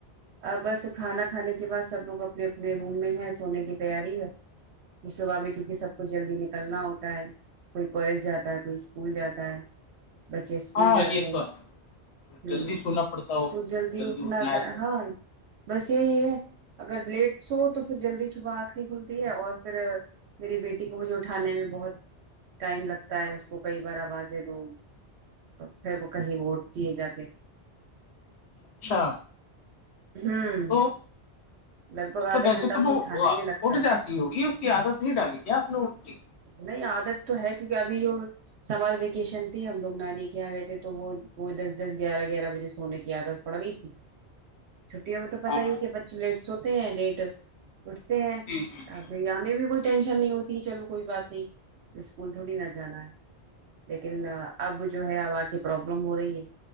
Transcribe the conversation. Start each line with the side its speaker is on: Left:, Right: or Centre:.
Right: ا بس کھانا کھانے کے بعد سب لوگ اپنے اپنے روم میں ہے سونے کی تیاری ہے صبح میں کیونکہ سب کوچ جلدی نکلنا ہوتا ہے کوئی کالج جاتا ہے کوئی اسکول جاتا ہے بچے اسکول
Left: ہاں
Right: جاتے
Left: یہ
Right: ہیں
Left: تو ہے
Right: ہ
Left: جلدی سونا پڑتا ہوگا
Right: تو جلدی اٹھنا تھا
Left: ہے تو
Right: ہاں بس یہی ہے اگر لیٹ سو تو پھر جلدی صبح آنکھ نہیں کھلتی ہے اور پھر میری بیٹی کو مجھے اٹھانے میں بہت ٹائم لگتا ہے اس کو کئی بار آوازیں دو پھر وہ کہیں ووٹ دیے جا کے
Left: اچھا
Right: ہوں
Left: تو
Right: لگ بھگ
Left: مطلب
Right: آدھا
Left: ویسے
Right: گھنٹہ
Left: تو
Right: اسے اٹھانے
Left: وہ
Right: میں لگتا
Left: اٹ
Right: ہے
Left: جاتی ہوگی اس کی عادت نہیں ڈالی ت آپ نےٹنے
Right: نہیں عادت تو ہے کیونکہ ابھی سمر ویکیشن تھی ہم لوگ نانی کے یہاں گئے تھے تو وہ کوئی دس دس گیارہ گیارہ بجے سونے کی عادت پڑ گئی تھی چھٹیوں میں تو پتا
Left: ہاں
Right: ہی کہ بچے لیٹ س ہوتے ہیں لیٹ اٹھتے ہیں
Left: جی جی جی
Right: اب ہمیں بھی کوئی
Left: ٹھیک
Right: ٹینشن نہیں ہوتی ہے چلو کوئی بات نہیں اسکول تھوڑی نہ جانا ہے لیکن اب جو ہے اب آ کی پرابلم ہو رہی ہے